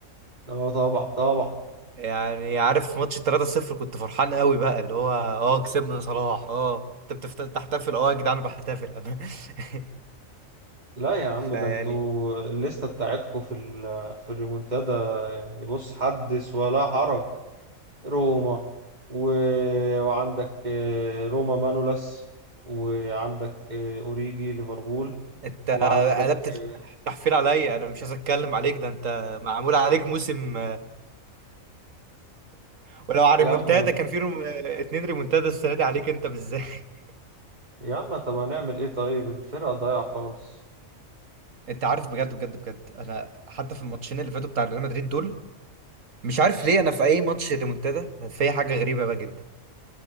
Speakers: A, on the right (about 35°); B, on the right (about 70°).
A: اه طبعا طبعا
B: يعني عارف في ماتش 3-0 كنت فرحان قوي بقى اللي هو اه كسبنا صلاح اه انت بتحتفل اه يا جدعان بحتفل انا <laughs>
A: لا يا عم
B: فيعني
A: ده انتوا الليستة بتاعتكوا في ال في الريمونتادا يعني بص حدث ولا حرج روما و... وعندك آه، روما مانولاس وعندك آه، اوريجي ليفربول
B: انت
A: وعندك
B: قلبت
A: آه،
B: التحفيل عليا انا مش عايز اتكلم عليك ده انت معمول عليك موسم <laughs> ولو على
A: يا
B: ريمونتادا
A: عم
B: كان في ريم... اتنين ريمونتادا السنه دي عليك انت بالذات <laughs>
A: يا عم طب هنعمل ايه طيب الفرقة ضايعة خالص
B: انت عارف بجد بجد بجد انا حتى في الماتشين اللي فاتوا بتاع ريال مدريد دول مش عارف ليه انا في اي ماتش ريمونتادا في حاجه غريبه بقى جدا